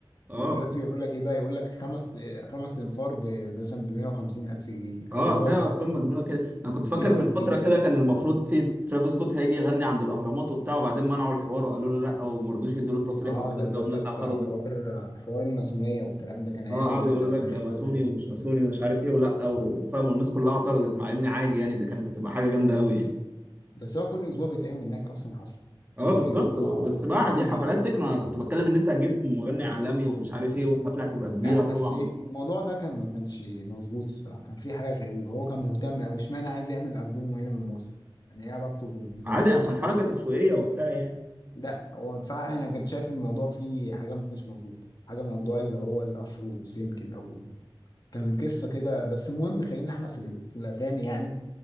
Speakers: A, on the right; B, on the left.
A: اه
B: ودلوقتي بيقول لك ايه بقى يقول لك خمس خمس تنفار ب- مثلا ب 150 الف جنيه
A: اه
B: او اللي
A: هتلاقي
B: هو ده عارف
A: ارقام
B: انت
A: مجنونه كده انا كنت
B: الفي
A: فاكر
B: اي
A: من
B: بي
A: فتره كده كان المفروض في ترافيس سكوت هيجي يغني عند الاهرامات وبتاع وبعدين منعوا الحوار وقالوا له لا وما رضوش يدوا له التصريح
B: اه
A: والكلام
B: ده بيقول
A: ده والناس
B: لك
A: اعترضت
B: حوار حوار الماسونيه والكلام ده كان هيعمل
A: اه قعدوا يقولوا لك
B: داخلات
A: ده ماسوني
B: غريبه
A: ومش ماسوني ومش عارف ايه ولا وفاهم والناس كلها اعترضت مع ان عادي يعني ده كانت هتبقى حاجه جامده قوي يعني
B: بس هو كل اسبوع بيتعمل هناك اصلا حفله
A: اه
B: كل
A: بالظبط
B: اسبوع
A: بس
B: اه
A: بقى
B: في
A: دي حفلات
B: دي في
A: تكنو
B: كده
A: انا كنت بتكلم ان انت هتجيب مغني عالمي ومش عارف ايه والحفله هتبقى كبيره
B: لا
A: طبعا
B: بس الموضوع ده كان ما كانش مظبوط الصراحه كان في حاجه غريبه هو كان مهتم او اشمعنى عايز يعمل البومه هنا من مصر يعني ايه علاقته ب- بمصر
A: عادي عشان
B: يعني
A: حركه تسويقيه وبتاع يعني
B: لا هو فعلا انا كنت شايف الموضوع فيه حاجه مش مظبوطه حاجه موضوع اللي هو الافرو سينك الاول كان قصه كده بس المهم خلينا احنا في ال- في الاغاني يعني